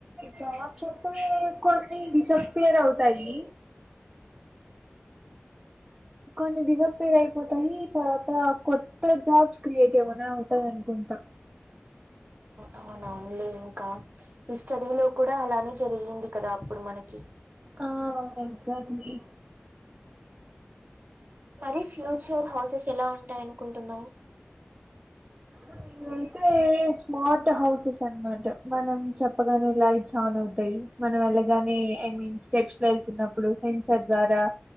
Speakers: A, on the right; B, on the right.
A: జబ్స్ మెత్తం కొన్ని డిసపియార్ అవుతాయి కొన్ని డిసప్పీర్ అయిపోతాయి తర్వాత కొత్త జాబ్స్ క్రియేట్ ఏమన్నా అవుతాయి అనుకుంట అంటా
B: అవునా ఓన్లీ ఇంకా హిస్టరీలో కూడా అలానే జరిగింది. కదా అప్పుడు మనకి
A: ఆ ఎగ్ జాట్లీ
B: మరి ఫ్యూచర్ హౌసెస్ ఎలా ఉంటాయి అనుకుంటున్నావు
A: అ అయితే స్మార్ట్ హౌసెస్ అనమాట మనం చెప్పగానే లైట్స్ ఆన్ అవుతాయి మనం వెళ్ళగానే ఐ మీన్ స్టెప్స్ లో వెళ్తున్నప్పుడు సెన్సర్ ద్వారా